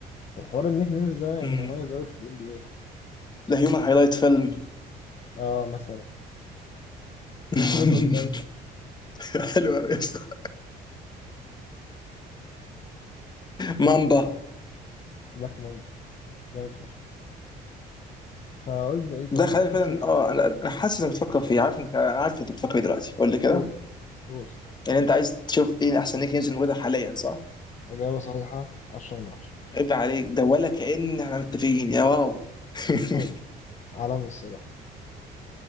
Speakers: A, on the left (about 45°); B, on the left (about 25°).
A: وحوار النيك نيمز ده يعني
B: امم
A: مميز قوي في الام بي
B: ده هيومن هايلايت فيلم
A: اه مثلا <laughs>
B: <laughs>
A: اسم ده طويل قوي
B: حلو قوي يا اسطى
A: طب
B: مامبا
A: بقى، بلاك مامبو جامد فشخ فقلنا ايه طب
B: ده خلاني
A: ما تيجي
B: فعلا
A: نشوف
B: اه انا انا حاسس انك بتفكر فيه عارف انك انا عارف انت بتفكر فيه دلوقتي قول لي كده
A: قول قول
B: يعني انت عايز تشوف ايه احسن نيك نيمز الموجوده حاليا صح؟
A: اجابه صحيحه 10 من 10
B: عيب عليك ده ولا كأن احنا متفقين يا واو <laughs>
A: <laughs> عالمي الصراحه